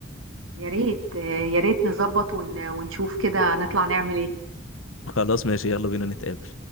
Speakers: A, on the right (about 80°); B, on the left (about 80°).
A: يا ريت آه، يا ريت نظبط ون- ونشوف كده نطلع نعمل إيه
B: خلاص ماشي يلا بينا نتقابل